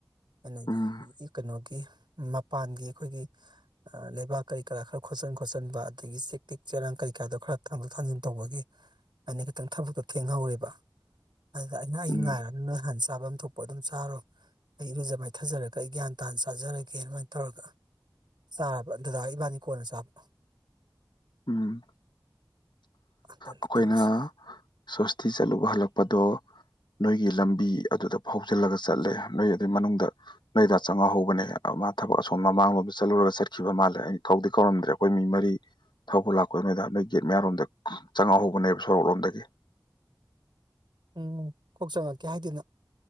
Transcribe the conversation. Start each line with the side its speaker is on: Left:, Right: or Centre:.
Right: ꯑꯩꯅ
Left: ꯎꯝ
Right: ꯀꯩꯅꯣꯒꯤ ꯃꯄꯥꯟꯒꯤ ꯑꯩꯈꯣꯏꯒꯤ ꯂꯩꯕꯥꯛ ꯀꯔꯤ ꯀꯔꯥ ꯈꯔ ꯈꯣꯠꯆꯤꯟ ꯈꯣꯠꯆꯤꯟꯕ ꯑꯗꯒꯤ ꯆꯦꯛ ꯇꯤꯛ ꯆꯦꯔꯥꯡ ꯀꯔꯤ ꯀꯥꯗꯣ ꯈꯔ ꯊꯥꯡꯗꯣꯛ ꯊꯥꯡꯖꯤꯟ ꯇꯧꯕꯒꯤ ꯑꯩꯅ ꯈꯤꯇꯪ ꯊꯕꯛꯇ ꯊꯦꯡꯍꯧꯔꯦꯕ ꯑꯗꯨꯗ ꯑꯩꯅ ꯑꯩ
Left: ꯎꯝ
Right: ꯉꯥꯏꯔꯅꯨ ꯅꯣꯏ ꯍꯥꯟꯅ ꯆꯥꯐꯝ ꯊꯣꯛꯄ ꯑꯗꯨꯝ ꯆꯥꯔꯣ ꯑꯩ ꯏꯔꯨꯖ ꯃꯥꯏꯊꯖꯔꯒ ꯑꯩ ꯒ꯭ꯌꯥꯟ ꯇꯥꯥꯅ ꯆꯥꯖꯔꯒꯦ ꯑꯗꯨꯃꯥꯏꯅ ꯇꯧꯔꯒ ꯆꯥꯔꯕ ꯗꯥꯗꯥ ꯏꯕꯥꯅꯤ ꯀꯣꯟꯅ ꯆꯥꯕ
Left: ꯎꯝ
Right: ꯑꯗꯨꯅꯤ
Left: ꯑꯩꯈꯣꯏꯅ
Right: ꯇꯧꯔꯤꯁꯦ
Left: ꯁ꯭ꯣꯁꯇꯤ ꯆꯠꯂꯨꯕ ꯍꯜꯂꯛꯄꯗꯣ ꯅꯣꯏꯒꯤ ꯂꯝꯕꯤ ꯑꯗꯨꯗ ꯐꯥꯎꯖꯤꯜꯂꯒ ꯆꯠꯂꯦ ꯅꯣꯏ ꯑꯗꯨꯏ ꯃꯅꯨꯡꯗ ꯅꯣꯏ ꯗꯥ ꯆꯪꯉꯍꯧꯕꯅꯦ ꯃꯥ ꯊꯕꯛ ꯑꯁꯣꯝ ꯃꯃꯥꯡꯂꯣꯝꯗ ꯆꯠꯂꯨꯔꯒ ꯆꯠꯈꯤꯕ ꯃꯥꯜꯂꯦ ꯑꯩ ꯀꯧꯗꯤ ꯀꯧꯔꯝꯗ꯭ꯔꯦ ꯑꯩꯈꯣꯏ ꯃꯤ ꯃꯔꯤ ꯊꯧꯕ ꯂꯥꯛꯄꯗ ꯅꯣꯏꯗ ꯅꯣꯏ ꯒꯦꯠ ꯃꯌꯥꯔꯣꯝꯗ ꯆꯪꯉꯛꯍꯧꯕꯅꯦꯕ ꯁꯣꯔꯣꯛ ꯂꯣꯝꯗꯒꯤ
Right: ꯎꯝ ꯀꯣꯛ ꯆꯪꯉꯛꯀꯦ ꯍꯥꯏꯗꯅ